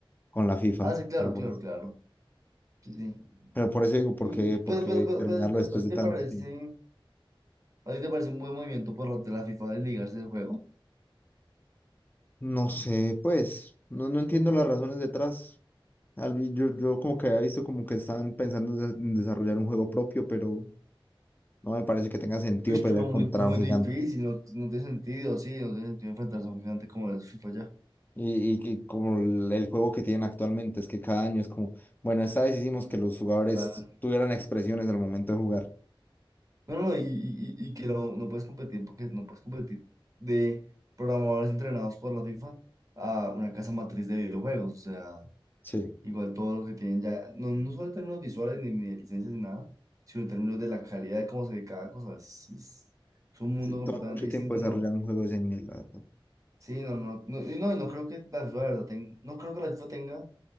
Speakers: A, on the left (about 20°); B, on the right (about 40°).
A: con la FIFA
B: Ah, sí, claro,
A: para poder-
B: claro, claro. Sí, sí.
A: Pero por eso digo, ¿por
B: Y,
A: qué,
B: y-
A: por
B: pero,
A: qué
B: pero, pero,
A: terminarlo
B: pero,
A: después
B: ¿a ti
A: de
B: te
A: tanto
B: parece,
A: tiempo?
B: a ti te parece un buen movimiento por parte de la FIFA desligarse del juego?
A: No sé, pues, no, no entiendo las razones detrás. Al vi- Yo, yo como que había visto como que estaban pensando en de- en desarrollar un juego propio, pero no me parece que tenga sentido
B: Uy,
A: pelear
B: pero muy,
A: contra
B: muy
A: un gigante.
B: difícil, no, no tiene sentido, sí, no tiene sentido enfrentarse a un gigante como el FIFA ya.
A: Y, y que como el el juego que tienen actualmente, es que cada año es como, bueno, esta vez hicimos que los jugadores
B: Total.
A: tuvieran expresiones al momento de jugar.
B: No, no, y, y- y- y que no, no puedes competir porque no puedes competir de programadores entrenados por la FIFA a una casa matriz de videojuegos. O sea,
A: Sí,
B: igual todo lo que tienen ya, no, no solo en términos visuales ni, ni de licencias ni nada, sino en términos de la calidad de cómo se ve cada cosa. Es, es- es un mundo
A: sí,
B: completamente
A: toma mucho
B: distinto,
A: tiempo desarrollar
B: ¿no?
A: un juego de ese nivel, la verdad.
B: Sí, no, no, no, y no, y no creo que la FIFA, de verdad, ten- no creo que la FIFA tenga